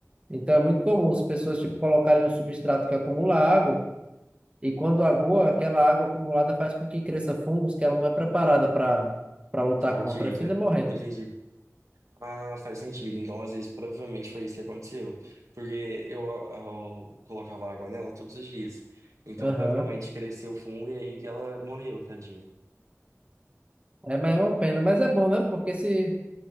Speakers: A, on the right; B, on the right.
A: Então é muito comum as pessoas, tipo, colocarem um substrato que acumula água, e quando agoa, aquela água acumulada faz com que cresça fungos que ela não é preparada para para lutar
B: Claro
A: contra,
B: que ilha.
A: e fina morrendo.
B: Entendi. Ah, faz sentido. Então, às vezes, provavelmente foi isso que aconteceu. Porque eu, eu colocava água nela todos os dias. Então,
A: Aham.
B: provavelmente cresceu o fungo e aí ela morreu, tadinha.
A: É, mas é uma pena, mas é bom, né? Porque se,